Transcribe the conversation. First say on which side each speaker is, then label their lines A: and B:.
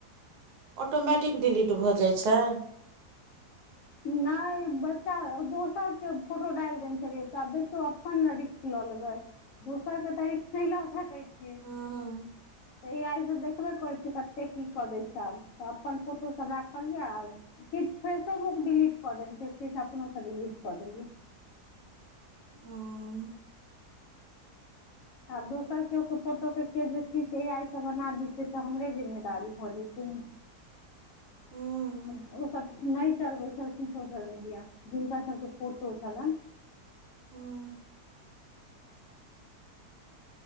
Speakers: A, on the right; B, on the left.
A: ऑटोमेटिक डिलीट भऽ जाइ छै
B: नहि बच्चा दोसर के फोटो डालि देने छलियै तऽ आब देखियौ अपन ने रिस्क लऽ लेबै दोसरके त रिस्क नहि लऽ सकै छियै
A: हँ
B: एआई सभ देखबे करैत छिय कतेक की कऽ दै छै आब तऽ अपन फोटोसभ राखल या आब किछु फेसोबुक डिलीट कऽ देने छै किछु अपनोसँ डिलीट कऽ देलियै।
A: हूँ
B: आब दोसर केओ के फोटोके के किछु ए आइ सभ बना दतै तऽ हमरे जिम्मेदारी भऽ जतै ने
A: हूँ
B: आ ओ सब नहि चलबै छलखिन सोशल मीडिया जिनका सबके फोटो छलनि
A: हूँ <unintelligible>